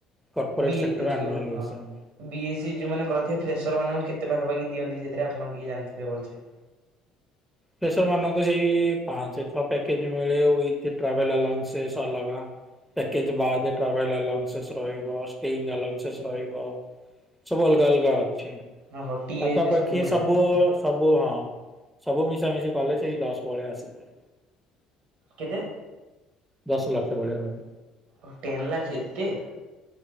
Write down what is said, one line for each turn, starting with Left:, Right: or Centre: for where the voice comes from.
Centre: କର୍ପୋରେଟ
Right: ବି
Centre: ସେକ୍ଟରରେ
Right: ଯୋଉ
Centre: ଆନୁଆଲି
Right: ହଁ।
Centre: ହିସାବ
Right: ବି ଏ ସି ଯୋଉମାନେ କରିଥିବେ ଫ୍ରେସର ମାନଙ୍କୁ କେତେ ପାଖାପାଖି ଦିଅନ୍ତି ସେଥିରେ ଆପଣ ଟିକେ ଜାଣିଥିବେ ଭଲ ସେ
Centre: ଫ୍ରେସର ମାନଙ୍କୁ ସେଇ ପାଞ୍ଚ ଛଅ ପ୍ୟାକେଜ ମିଳେ ୱିକ ଟ୍ରାଭେଲ ଆଲାଉନସେନ୍ସ ଅଲଗା ପ୍ୟାକେଜ ବାଦେ ଟ୍ରାଭେଲ ଆଲାଉନସେନ୍ସ ରହିବ ଷ୍ଟ୍ରିଙ୍ଗ ଆଲାଉନସେନ୍ସ ରହିବ ସବୁ ଅଲଗା ଅଲଗା ଅଛି
Right: ଓହୋ ଟି
Centre: ପାଖାପାଖି
Right: ଏ ହେରିକା ମିଳେ
Centre: ସବୁ ସବୁ ହଁ ସବୁ ମିଶାମିଶି କଲେ ସେଇ ଦଶ ଭଳିଆ ଆସିଯାଏ
Right: କେତେ
Centre: ଦଶ ଲକ୍ଷ ଭଳିଆ ରହେ
Right: ଓ ଟେନ୍ ଲାଖ ଏତେ